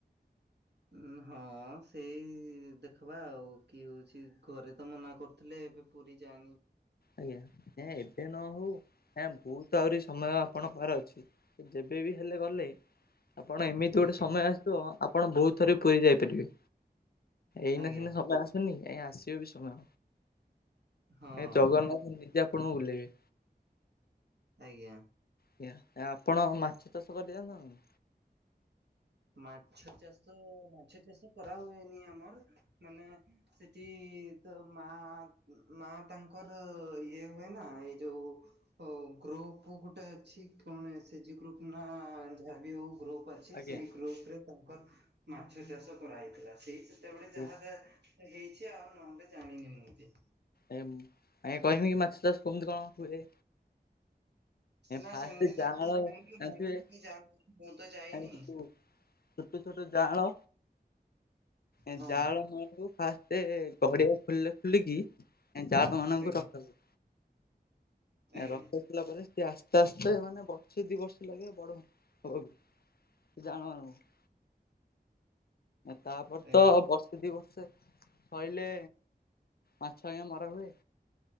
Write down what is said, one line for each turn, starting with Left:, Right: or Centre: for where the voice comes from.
Right: ଉ ହଁ ସେଇ ଦେଖବା ଆଉ କି ହଉଛି ଘରେ ତ ମନା କରୁ ଥିଲେ ଏବେ ପୁରୀ ଯାନି।
Left: ଆଜ୍ଞା ହେଁ ଏବେ ନ ହଉ ହେଁ ବହୁତ ଆହୁରି ସମୟ ଆପଣ ପାଖରେ ଅଛି। ଯେବେ ବି ହେଲେ ଗଲେ ଆପଣ ଏମିତି
Right: ଆଜ୍ଞା
Left: ଗୋଟେ ସମୟ ଆସଥିବ ଆପଣ ବହୁତ ଥରେ ପୁରୀ ଯାଇପାରିବେ। ଏଇନା
Right: ଆଜ୍ଞା
Left: ସିନା ସମୟେ ଆସୁନି ଏଇ ଆସିବେ ବି ସମୟ।
Right: ହଁ
Left: ଏ ଜଗନ୍ନାଥ ନିଜେ ଆପଣଙ୍କୁ ବୁଲାଇବେ।
Right: ଆଜ୍ଞା।
Left: ଆଜ୍ଞା ନା ଆପଣ ମାଛ ଚାଷ କରିଜାଣିଛନ୍ତି
Right: ମାଛ ଚାଷ ମାଛ ଚାଷ କରା ହୁଏନି ଆମର ମାନେ ସେଠି ତ ମା ମା ତାଙ୍କର ଇଏ ହୁଏନା ଏଇ ଯୋଉ ହଉ ଗ୍ରୋପ ଗୋଟେ ଅଛି କଣ ଏସେଚି ଜି ଗ୍ରୋପ ନା ଯାହାବି ହଉ ଗ୍ରୋପ
Left: ଆଜ୍ଞା
Right: ସେଇ ଗ୍ରୁପ ରେ ତାଙ୍କର ମାଛ ଚାଷ କରାହେଇଥିଲା ସେଇ ସେତେବେଳେ
Left: ଆଜ୍ଞା
Right: ଯାହା ଯାହା ହେଇଚି ଆଉ ନହେଲେ ଜାଣିନି ମୁଁ ବି।
Left: ଆଁ ଆଜ୍ଞା କହିବି କି ମାଛ ଚାଷ କେମିତି କଣ ହୁଏ?
Right: ନା
Left: ଫାଷ୍ଟ
Right: ସେମିତି
Left: ଯାଁଆଳ
Right: ତ କିଛି ଜାଣିନି
Left: ଜାଣିଥିବେ
Right: ମୁଁ ଯା ମୁଁ ତ ଯାଇନି
Left: <unintelligible> ଛୋଟ ଛୋଟ ଜାଆଁଳ ଏ
Right: ହଁ
Left: ଜାଆଁଳ <unintelligible> ଫାଷ୍ଟ ଏ ଗଡ଼ିଆ <unintelligible> ଖଲିଲ କି ଜାଆଁଳ ମାନଙ୍କୁ
Right: ଆଜ୍ଞା
Left: ରଖନ୍ତି
Right: ଆଜ୍ଞା
Left: ରଖିଥିଲା ପରେ ସେ ଆସ୍ତେ ଆସ୍ତେ ମାନେ ବର୍ଷେ ଦି ବର୍ଷ ଲାଗେ ବଡ ହବାକୁ ସେ ଜାଆଁଳା ମାନଙ୍କୁ ତାପରେ
Right: ଆଜ୍ଞା
Left: ତ ବର୍ଷ ଦୁଇ ବର୍ଷେ ଶଇିଲେ ମାଛ ଆଜ୍ଞା ମରା ହୁଏ।